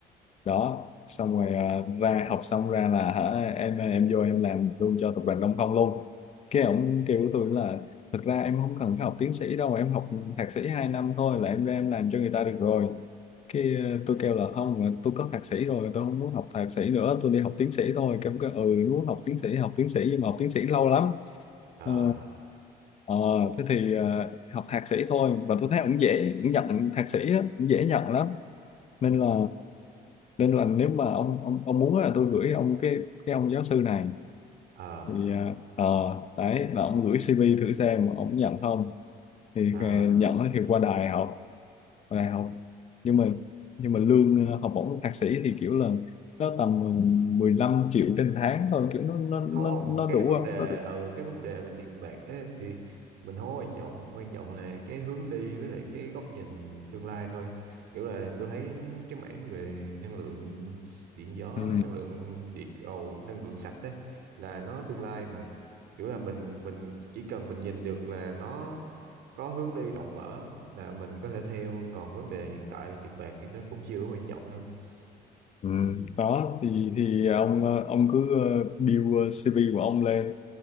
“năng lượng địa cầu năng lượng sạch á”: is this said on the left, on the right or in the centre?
Right